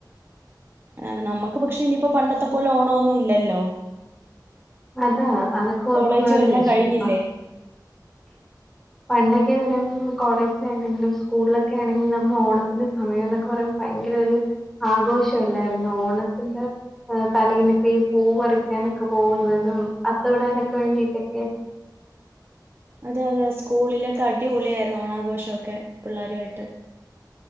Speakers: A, on the right; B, in the centre.
A: അതാണ് നമ്മുക്ക് പക്ഷെ ഇനിയിപ്പോ പണ്ടത്തെ പോലെ ഓണം ഒന്നും ഇല്ലല്ലോ
B: അതാ അതൊക്കെ ഓർക്കുമ്പോഴ
A: കോളേജും
B: ഒരു
A: എല്ലാം
B: വിഷമപ്പ
A: കഴിഞ്ഞില്ലേ
B: പണ്ടൊക്കെന്ന് പറയുമ്പോൾ കോളേജില ആണെങ്കിലും സ്കൂളിലൊക്കെ ആണെങ്കിലും നമ്മൾ ഓണത്തിന്റെ സമയം എന്നൊക്കെ പറയുമ്പൾ ഭയങ്കര ഒരു ആഘോഷമല്ലായിരുന്നു ഓണത്തിന്റെ തലയിനൊക്കെ ഈ പൂ പറിക്കാനൊക്കെ പോകുന്നത് അത്തവിടാനൊക്കെ വേണ്ടിട്ടൊക്കെ
A: അതെ അതെ സ്കൂളിലൊക്കെ അടിപൊളിയായിരുന്നു ഓണാഘോഷം ഒക്കെ പിള്ളേരുയിട്ട്